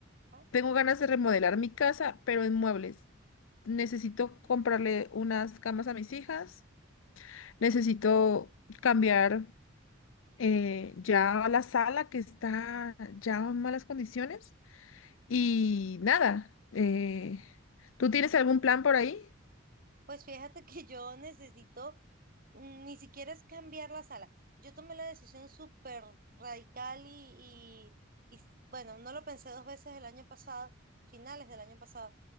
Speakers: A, on the right; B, on the left.
A: Ah,
B: tengo ganas de remodelar mi casa, pero en muebles. Necesito comprarle unas camas a mis hijas, necesito cambiar eh, ya la sala que está ya en malas condiciones y nada, eh, ¿tú tienes algún plan por ahí?
A: Pues fíjate que yo necesito mm, Ni siquiera es cambiar la sala. Yo tomé la decisión súper radical y, y, y, bueno, no lo pensé dos veces el año pasado, finales del año pasado,